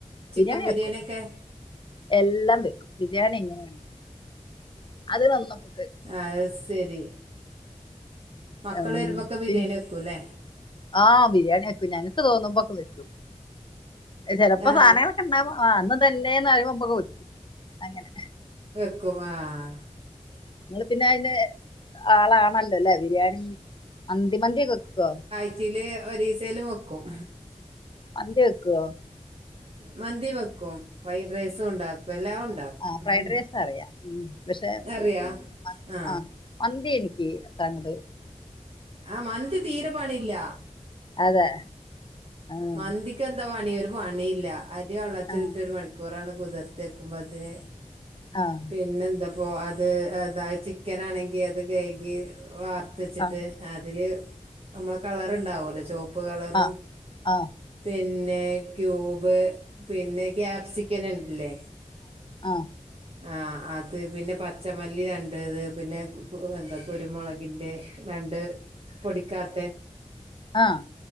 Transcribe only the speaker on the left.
ബിരിയാണി
വെക്കും എല്ലാം വെക്കും ബിരിയാണിങ്ങനെ അത് വന്നപ്പോ
ഉം,
ബിരി-
ആ ബിരിയാണി വെക്കും ഞങ്ങക്ക് തോന്നുമ്പോക്കെ വെക്കും ചെലപ്പോ
സാധനങ്ങളൊക്കെ ഉണ്ടാവുമ്പോ ആ ഇന്ന് ഇതല്ലേന്ന്‌ പറിമ്പോ <unintelligible> അങ്ങനെ
ങ്ങള് പിന്നെ അയിന് ആളാണല്ലോ ബിരിയാണി മന്തി മന്തിയൊക്കെ വെക്കൊ
മന്തി വെക്കൊ
ആ ഫ്രൈഡ് റൈസ് അറിയാം ഉം, പക്ഷെ
ഉം, മ-
ആ മന്തി എനിക്ക് അത്രങ്ങട്
അതെ ആഹ്
ആഹ്
ആഹ്
ആഹ്
ആഹ് ആഹ്
ആ
ആ